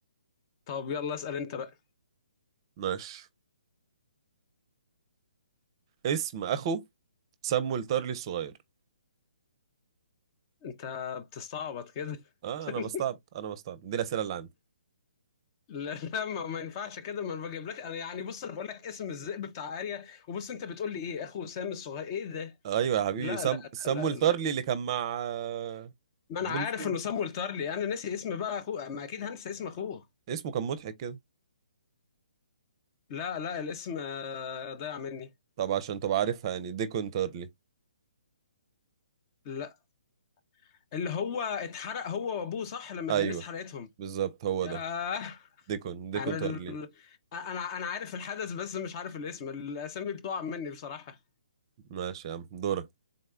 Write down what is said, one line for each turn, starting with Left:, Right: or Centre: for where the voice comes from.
Left: طب يلا اسأل انت بقى
Right: ماشي اسم اخو سمو الطرلي الصغير
Left: انت بتستعبط كده
Right: اه
Left: <laughs>
Right: انا بستعب انا بستعب دي الاسئله اللي عندي
Left: لا لا ما, ما ينفعش كده ما انا بجيب لك انا يعني بص انا بقول لك اسم الذئب بتاع اريا وبص انت بتقول لي ايه اخو سام الصغير ايه ده
Right: ايوه يا حبيبي
Left: لا
Right: سم...
Left: لا
Right: سمو
Left: لا
Right: الطرلي
Left: لا لا
Right: اللي كان مع آه،
Left: ما انا
Right: جون
Left: عارف
Right: سنو
Left: انه سام والتارلي انا ناسي اسم بقى اخوه ما اكيد هنسى اسم اخوه
Right: اسمه كان مضحك كده
Left: لا لا الاسم آه، ضايع مني
Right: طب عشان تبقى عارفها يعني ديكون تارلي
Left: لا اللي هو اتحرق هو وابوه صح لما
Right: ايوه
Left: الناس حرقتهم
Right: بالظبط هو
Left: ياه
Right: ده ديكون ديكون
Left: انا
Right: تارلي
Left: ال... انا انا عارف الحدث بس مش عارف الاسم الاسامي بتقع مني بصراحة
Right: ماشي يا عم دورك